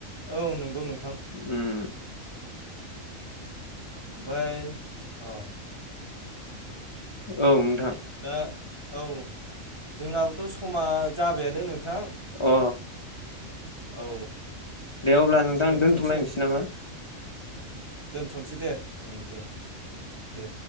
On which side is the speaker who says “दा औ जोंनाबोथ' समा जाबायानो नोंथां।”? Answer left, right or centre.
Right